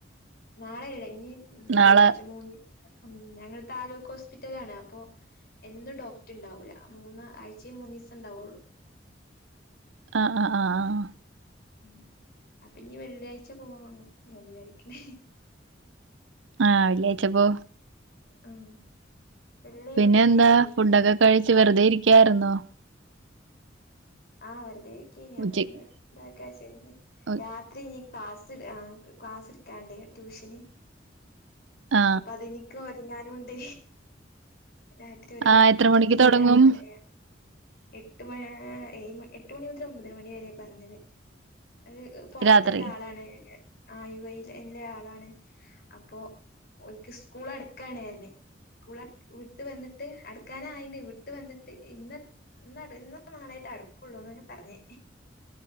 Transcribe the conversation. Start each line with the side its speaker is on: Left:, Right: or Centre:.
Left: നാളെല്ല ഇഞ്ഞി വെള്ളിയാഴ്ച
Right: നാളെ
Left: മൂന്നി അം ഞങ്ങള് താലൂക്ക് ഹോസ്പിറ്റലാണ് അപ്പൊ. എന്നും ഡോക്ടർ ഉണ്ടാവൂല മൂന്ന് ആഴ്ച്ചയി മൂന്നിസം ഉണ്ടാവുള്ളൂ.
Right: ആ ആ ആ ആഹ്.
Left: ഉം അപ്പൊ ഇഞ്ഞി വെള്ളിയാഴ്ച പോവാ നോ വിജാരിക്ക്ണേ.
Right: ആഹ് വെള്ളിയാഴ്ച്ച പോ.
Left: ആഹ്. വെള്ളി
Right: പിന്നെ
Left: ബുധന്
Right: എന്താ
Left: തിങ്കള്
Right: ഫുഡൊക്കെ കഴിച്ച് വെറുതെ ഇരിക്കാർന്നോ?
Left: ആ വെറുതെരിക്കേന് അപ്പഞ്ഞി
Right: ഉച്ചക്ക്
Left: ഇതാക്കാച്ച്.
Right: ഉ-
Left: രാത്രി ഇനീ ക്ലാസ് ക്ലാസ് ഇട്ക്കാണ്ടേ ട്യൂഷന്.
Right: ആ
Left: അപ്പൊ അതെനിക്ക് ഒരുങ്ങാനുണ്ട്. രാത്രി ഒരു
Right: ആ
Left: മണിക്കൂർ
Right: എത്ര മണിക്ക്
Left: പുതിയ
Right: തുടങ്ങും
Left: ആള് എ. എട്ട് മൺ ആഹ് ഏഴ് മ എട്ട മണി മുതൽ ഒമ്പത് മണി വരെയ പറഞ്ഞത് അത് ഹ്. പൊറത്തുള്ള
Right: രാത്രി
Left: ആളാണ് ആ യു എയ് ലെ ആളാണ്. അപ്പൊ ഒൽക്ക് സ്കൂൾ അടുക്കാണ് ന്ന് പറഞ്ഞ് സ്കൂള വിട്ട് വന്നിട്ട് അട്ക്കാനായിണ് വിട്ട് വന്നിട്ട് ഇന്ന്. ഇന്നട് ഇന്നോ നാളായിട്ട് അടുക്കുള്ളൂന്ന ഞാ പറഞ്ഞേ.